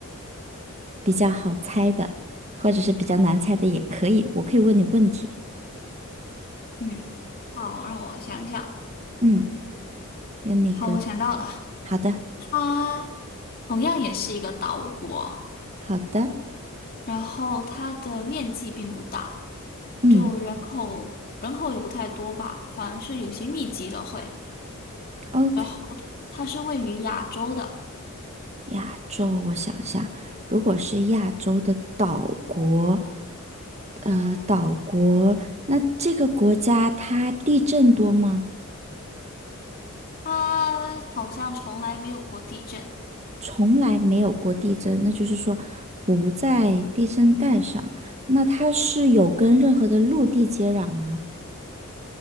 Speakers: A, on the right; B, on the left.
A: 比较好猜的，或者是比较难猜的也可以，我可以问你问题。
B: 嗯，好，让我想想。
A: 嗯，跟那个，
B: 好，我想到了，
A: 好的，
B: 它同样也是一个岛国，
A: 好的，
B: 然后它的面积并不大，
A: 嗯
B: 就人口人口也不太多吧，反而是有些密集的会。
A: ，OK。
B: 然后它它是位于亚洲的，
A: 亚洲，我想想，如果是亚洲的岛国，呃，岛国，那这个国家它地震多吗？
B: 它好像从来没有过地震。
A: 从来没有过地震，那就是说不在地震带上。那它是有跟任何的陆地接壤吗？